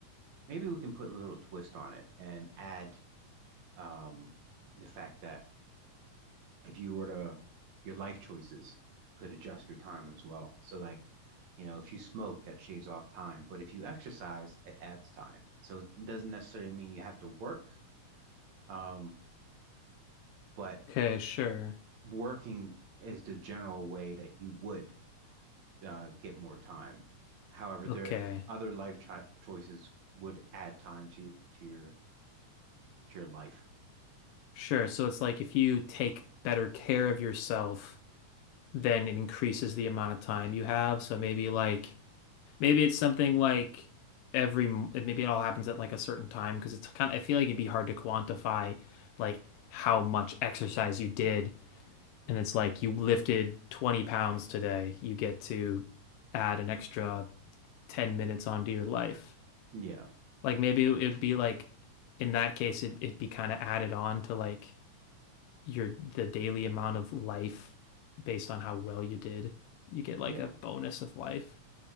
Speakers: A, on the right (about 65°); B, on the left (about 85°).
A: maybe we can put a little twist on it and add um the fact that if you were to your life choices could adjust your time as well. So like, you know, if you smoke, that shaves off time, but if you exercise, it adds time. So it doesn't necessarily mean you have to work, um, but
B: Okay, sure.
A: working is the general way that you would uh, get more time. However,
B: Okay.
A: there other life cho choices would add time to to your to your life.
B: Sure. So it's like if you take better care of yourself, then it increases the amount of time you have. So maybe like maybe it's something like every m- maybe it all happens at like a certain time because it's kind of I feel like it'd be hard to quantify like how much exercise you did. And it's like you lifted 20 pounds today, you get to add an extra 10 minutes onto your life.
A: Yeah,
B: Like maybe it'd be like in that case it, it'd be kind of added on to like your the daily amount of life based on how well you did. You get like
A: yeah,
B: a bonus of life